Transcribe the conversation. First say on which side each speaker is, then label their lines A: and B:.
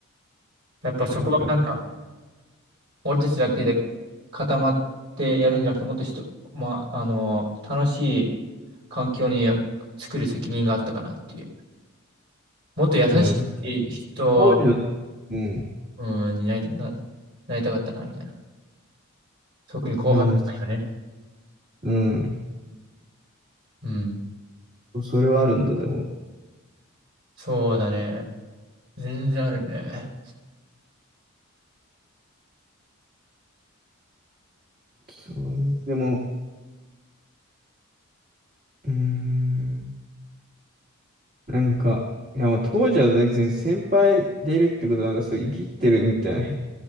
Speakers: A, on the right; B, on the right.
A: やっぱそこはなんか、
B: な。わかる。
A: 俺たちだけで固まってやるんじゃなくて、もっと人、まあ、あの、楽しい、環境に作る責任があったかなっていう。もっと優しい人、
B: でも難しい。当時の、うん。
A: うん、になりた、な、なりたかったな、みたいな。特に後輩だからね。
B: まあ、むず、うん。
A: うん。
B: それはあるんだ、でも。
A: そうだね。全然あるね。
B: そうね。でも、うーん。なんか、いや、まあ当時は別に先輩でいるってことは、なんかそう、生きってるみたいな、へ